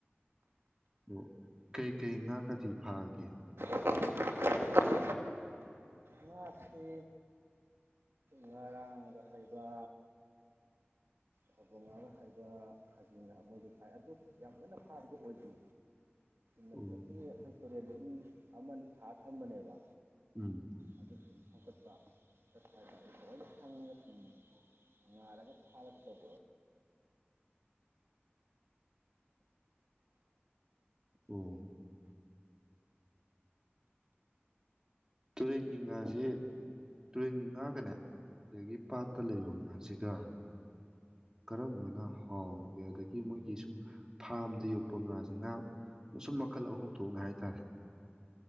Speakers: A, on the right; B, on the right.
A: ꯑꯣ ꯀꯩꯀꯩ ꯉꯥꯛꯀꯗꯤ ꯐꯥꯒꯦ
B: <inaudible> <unintelligible> ꯉꯥꯁꯤ ꯉꯔꯥꯡꯒ ꯍꯥꯏꯕ ꯐꯥꯕꯣꯡꯉꯥꯒ ꯍꯩꯕ ꯈꯥꯖꯤꯡꯒ ꯍꯥꯢꯕ ꯃꯣꯏꯗꯣ ꯐꯥꯏ ꯑꯗꯨ ꯌꯥꯝ ꯀꯟꯅ ꯐꯥꯕꯗꯨ ꯑꯣꯏꯗꯦ ꯅꯠꯇ꯭ꯔꯀꯤ
A: ꯑꯣ
B: ꯑꯩꯈꯣꯏ ꯇꯨꯔꯦꯟ ꯂꯩꯅꯤ ꯑꯃꯅꯤ ꯊꯥ ꯊꯝꯕꯅꯦꯕ
A: ꯎꯝ
B: ꯑꯗꯨ ꯁꯨꯝ ꯁꯦꯝꯀꯠꯄꯠꯄ ꯍꯥꯏꯇꯥꯔꯗꯤ ꯂꯣꯏꯅ ꯁꯪꯉꯒ ꯁꯨꯝ ꯉꯥꯏꯔꯒ ꯐꯥꯔꯒ ꯇꯧꯕꯕ
A: ꯑꯣ ꯇꯨꯔꯦꯟꯒꯤ ꯉꯥꯁꯦ ꯇꯨꯔꯦꯟꯒꯤ ꯉꯥꯒꯅꯦ ꯑꯗꯒꯤ ꯄꯥꯠꯇ ꯂꯩꯕ ꯉꯥꯁꯤꯒ ꯀꯔꯝꯕꯅ ꯍꯥꯎꯒꯦ ꯑꯗꯒꯤ ꯃꯣꯏꯒꯤ ꯁꯨꯝ ꯐꯥꯔꯝꯗ ꯌꯣꯛꯄ ꯉꯥꯁꯦ ꯉꯥ ꯃꯁꯨꯝ ꯃꯈꯜ ꯑꯍꯨꯝ ꯊꯣꯛꯅ ꯍꯥꯏꯇꯥꯔꯦ